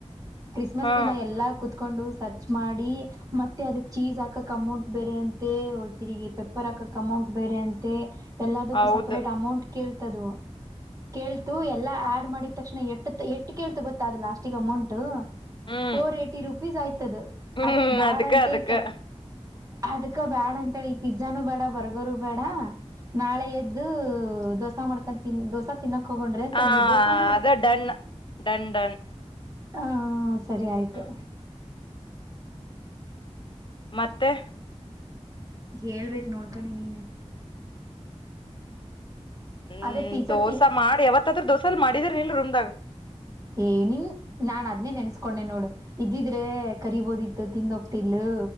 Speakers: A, on the right; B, on the left.
A: ಕ್ರಿಸ್ಮಸ್
B: ಹಾ
A: ದಿನ ಎಲ್ಲಾ ಕುತ್ ಕೊಂಡು ಸರ್ಚ್ ಮಾಡಿ ಮತ್ತೆ ಅದಕ್ ಚೀಸ್ ಹಾಕಕ್ ಅಮೌಂಟ್ ಬೇರೆ ಅಂತೆ ಹೊ ತಿರ್ಗಿ ಪೆಪ್ಪರ್ ಹಾಕಕ್ ಅಮೌಂಟ್ ಬೇರೆ ಅಂತೆ. ಎಲ್ಲದಕ್ಕೂ
B: ಹೌದು
A: ಸಪ್ರೇಟ್ ಅಮೌಂಟ್ ಕೇಳ್ ತದು ಕೇಳ್ತು ಎಲ್ಲಾ ಆಡ್ ಮಾಡಿದ ತಕ್ಷಣ ಎಟ್ತ್ ಎಟ್ ಕೇಳ್ತು ಗೊತ್ತಾ ಅ ಲಾಸ್ಟಿಗೆ amount to
B: hmm
A: four eighty rupees ಆಯ್ತದು.
B: ಹ್ಮ್
A: ಅದಕ್ ಬ್ಯಾಡ
B: ಅದಕ್ಕ
A: ಅಂತೇಕೆ
B: ಅದಕ್ಕ
A: ಅದ್ಕ ಬೇಡ ಅಂತೇಳಿ ಪಿಜ್ಜಾನು ಬೇಡ ಬರ್ಗರು ಬೇಡ ನಾಳೆ ಎದ್ದು ದೋಸಾ ಮಾಡ್ಕ ತಿನ್ನಿ ದೋಸಾ ತಿನ್ನಕ್ ಹೋಗೊಂಡ್ರೆ ಅಂತಂದ್ವಿ
B: ಹಾ
A: ದೋಸಾನು
B: ಅದೆ ಡನ್ ಡನ್ ಡನ್.
A: ಹ ಸರಿ ಆಯ್ತು.
B: ಹ್ಮ್ ಮತ್ತೆ
A: ಹೇಳ್ಬೇಕು ನೋಡ್ಕಾನಿ ನೀನೇ.
B: ಹ್ಮ್
A: ಅದೇ ಪಿಜ್ಜಾ
B: ದೋಸಾ
A: ತಿ
B: ಮಾಡಿ ಯಾವತ್ತಾದ್ರ ದೋಸೆಲ್ ಮಾಡಿ <unintelligible> ನಿಲ್ರಿ ರೂಮ್ದಾಗ.
A: ಏನಿನ್ ನಾನ್ ಅದ್ನೇ ನೆನ್ಸ್ಕೊಂಡೆ ನೋಡು ಇದ್ದಿದ್ರೆ ಕರಿಬೋದಿತ್ತು ತಿಂದೋಗ್ತಿದ್ಲು